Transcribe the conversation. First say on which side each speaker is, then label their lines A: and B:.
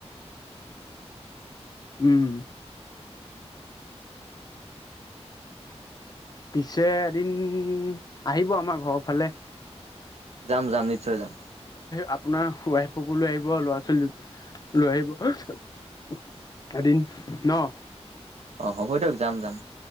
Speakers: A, on the left; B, on the right.
A: উম, পিছে এদিন আহিব আমাৰ ঘৰৰ ফালে
B: যাম যাম নিশ্চয় যাম
A: আপোনাৰ ৱাইফকো লৈ আহিব ল'ৰা ছোৱালী লৈ আহিব এদিন ন।
B: অ হ'ব দিয়ক যাম যাম